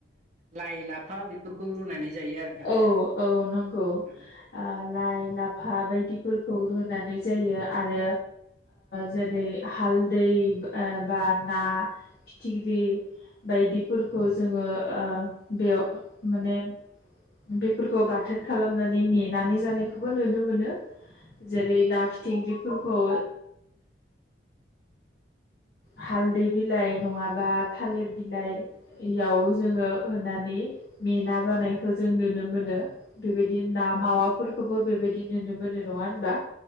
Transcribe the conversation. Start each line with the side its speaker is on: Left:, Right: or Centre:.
Right: लाइ लाफा बेफोरखौ रुनानै जायो आरोना
Left: औ औ नंगौ
Right: औ
Left: आ लाइ लाफा बायदिफोरखौ रुनानै जायो आरो जेरै ओह हालदै बा ना फिथिख्रि बायदिफोरखौ जोङो ओह बेयाव माने बेफोरखौ बाथोन खालामनानै मेनानै जानायखौबो नुनो मोनो जेरै ना फिथिख्रिफोरखौ हालदै बिलाइ नङाबा थालिर बिलाइयाव जोङो होनानै मेना जानायखौ जों नुनो मोनो बेबायदि ना मावाफोरखौबो बेबायदि नुनो मोनो नङा होनबा